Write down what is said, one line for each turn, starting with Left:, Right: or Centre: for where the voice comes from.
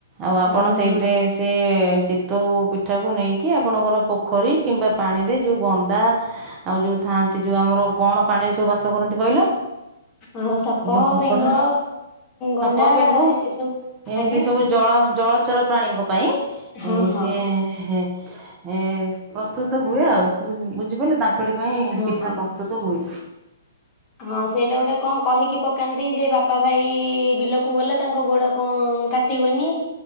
Right: ଆଉ ଆପଣ
Left: ହଁ
Right: ସେଇଟରେ
Left: ହଁ
Right: ସେ ଚିତଉ ପିଠାକୁ ନେଇକି ଆପଣଙ୍କର ପୋଖରୀ କିମ୍ବା ପାଣିରେ ଯେଉଁ ଗଣ୍ଡା ଆଉ ଯେଉଁ ଥାଆନ୍ତି ଯେଉଁ ଆମର କଣ ପାଣିରେ ସବୁ ବାସ କରନ୍ତି କହିଲ?
Left: ହଁ ସାପ
Right: ଯୋଉ କଙ୍କଡ଼ା।
Left: ବେଙ୍ଗ,
Right: ସାପ
Left: ଗଣ୍ଡା
Right: ବେଙ୍ଗ
Left: ଏସବୁ
Right: ଏମିତି
Left: ଆଜ୍ଞା
Right: ସବୁ ଜଳ ଜଳଚର ପ୍ରାଣୀଙ୍କ ପାଇଁ
Left: ହଁ ହଁ
Right: ସିଏ ଏ ପ୍ରସ୍ତୁତ ହୁଏ ଆଉ ବୁଝିପାରିଲେ ତାଙ୍କରି ପାଇଁ
Left: ହଁ
Right: ପିଠା
Left: ହଁ
Right: ପ୍ରସ୍ତୁତ ହୁଏ।
Left: ହଁ ସେଇଟା ଗୋଟେ କଣ କହିକି ପକାନ୍ତି ଯେ ବାପା ଭାଇ ବିଲକୁ ଗଲେ ତାଙ୍କ ଗୋଡ଼ କଣ କାଟି କାଟିବନି।